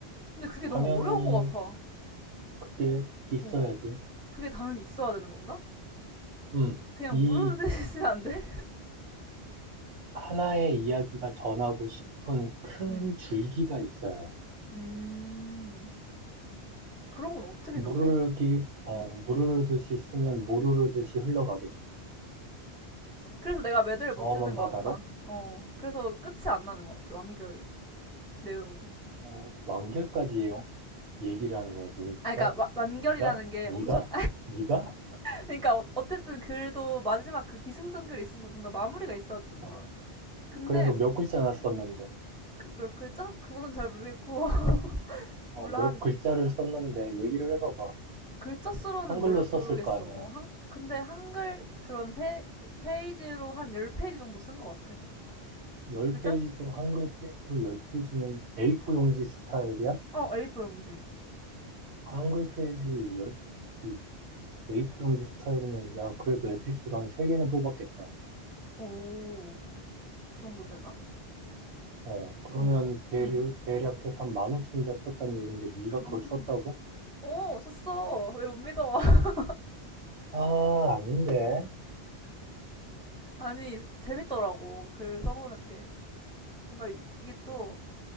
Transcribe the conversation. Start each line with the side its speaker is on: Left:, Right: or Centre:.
Centre: 근데 그게
Right: 당연히
Centre: 너무 어려운 것 같아.
Right: 그게 있어야지.
Centre: 어, 그게 당연히 있어야 되는 건가?
Right: 음,
Centre: 그냥
Right: 이
Centre: 무르르 <laughs> 쓰면 안 돼?
Right: 하나의 이야기가 전하고 싶은 큰
Centre: <laughs> 음,
Right: 줄기가 있어야 해.
Centre: 음, 그런 건 어떻게
Right: 무르르기,
Centre: 정해?
Right: 어,
Centre: 음,
Right: 무르르듯이 쓰면 무르르듯이 흘러가겠지.
Centre: 그래서 내가 매듭을
Right: 저먼
Centre: 못 짓는 것
Right: 바다로.
Centre: 같아. 어, 그래서 끝이 안 나는 것 같아, 완결이, 내용이.
Right: 어, 완결까지 영- 얘기를 하는 거야, 지금.
Centre: 아, 그러니까 와- 완결이라는
Right: 네가?
Centre: 게
Right: 네가? 네가?
Centre: 엄청
Right: 네가?
Centre: 그러니까 어- 어쨌든 글도 마지막 그 기승전결이 있어서 뭔가 마무리가 있어야 되잖아.
Right: 어,
Centre: 근데
Right: 그래서 몇 글자나 썼는데,
Centre: 그 몇 글자? 그건 잘 모르겠고 <laughs>
Right: 어,
Centre: 몰라
Right: 몇
Centre: 한
Right: 글자를 썼는데 얘기를 해봐봐.
Centre: 글자 수로는
Right: 한글로
Centre: 모르,
Right: 썼을
Centre: 모르겠어.
Right: 거 아니야.
Centre: 어, 한, 근데 한글 그런 페, 페이지로 한 10페이지 정도 쓴 것 같아.
Right: 10페이지
Centre: 글자?
Right: 중 한글 페이지로 10페이지면 A4 용지 스타일이야?
Centre: 어, A4 용지.
Right: 한글 페이지 10페이지, A4 용지 스타일이면, 야, 그래도 에피소드 한 3개는 뽑았겠다.
Centre: 오, 그 정도 되나?
Right: 어, 그러면
Centre: 오,
Right: 대략,
Centre: 응.
Right: 대략 해서 한 15,000자 썼단 얘긴데, 네가 그걸
Centre: 음.
Right: 썼다고?
Centre: 오, 썼어. 왜 못 믿어? <laughs>
Right: 아, 아닌데.
Centre: 아니, 재밌더라고. 글 써보는 게. 뭔가 이- 이게 또